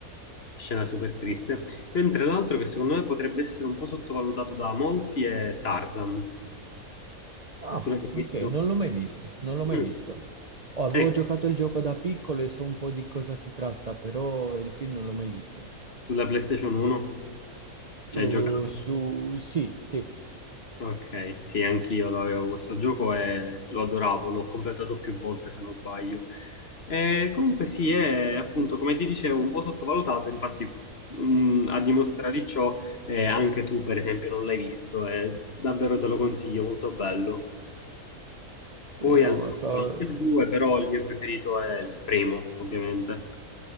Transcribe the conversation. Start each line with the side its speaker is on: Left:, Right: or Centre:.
Left: Scena super triste. Mentre l'altro che secondo me potrebbe essere un po' sottovalutato da molti è Tarzan.
Right: Ah,
Left: Tu l'hai
Right: ok,
Left: visto?
Right: non l'ho mai visto, non l'ho mai
Left: Mm.
Right: visto. Oh, avevo
Left: Ecco,
Right: giocato il gioco da piccolo e so un po' di cosa si tratta, però il film non l'ho mai visto.
Left: sulla PlayStation 1 ci
Right: Uh,
Left: hai giocato.
Right: su... Sì, sì.
Left: Ok, sì, anch'io lo avevo questo gioco e lo adoravo, l'ho completato più volte se non sbaglio. E comunque sì, è appunto, come ti dicevo, un po' sottovalutato, infatti mm, a dimostrare di ciò eh, anche tu per esempio non l'hai visto, è davvero te lo consiglio, molto bello.
Right: Sì,
Left: Poi
Right: no,
Left: hanno fatto
Right: fa-
Left: anche il due, però il mio preferito è il primo, ovviamente.